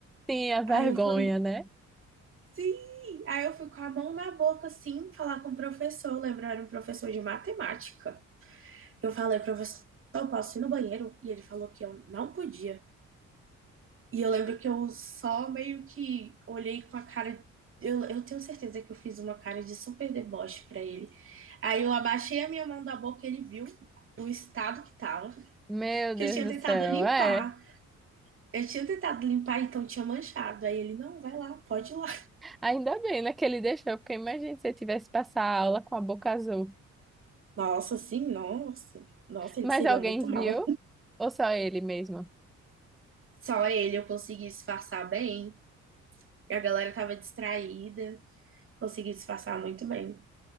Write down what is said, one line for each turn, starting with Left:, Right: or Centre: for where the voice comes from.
Centre: Tinha vergonha,
Right: Aí eu fui,
Centre: né?
Right: sim! Aí eu fui com a mão na boca assim, falar com o professor, lembrar um professor de matemática. Eu falei, professor, eu posso ir no banheiro? E ele falou que eu não podia. E eu lembro que eu só meio que olhei com a cara. Eu, eu tenho certeza que eu fiz uma cara de super deboche pra ele. Aí eu abaixei a minha mão da boca e ele viu o estado que tava.
Centre: Meu
Right: Porque
Centre: Deus
Right: eu tinha
Centre: do
Right: tentado
Centre: céu,
Right: limpar.
Centre: é.
Right: Eu tinha tentado limpar, então tinha manchado. Aí ele, não, vai lá, pode ir lá.
Centre: Ainda bem, né, que ele deixou, porque imagina se eu tivesse passar a aula com a boca azul.
Right: <laughs> Nossa, sim, nossa. Nossa, ele
Centre: Mas
Right: seria
Centre: alguém
Right: muito
Centre: viu?
Right: mal.
Centre: Ou só ele mesmo?
Right: Só ele eu consegui disfarçar bem. A galera tava distraída. Consegui disfarçar muito bem.